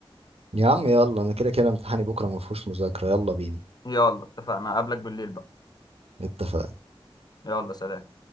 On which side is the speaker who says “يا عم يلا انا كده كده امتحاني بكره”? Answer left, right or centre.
Right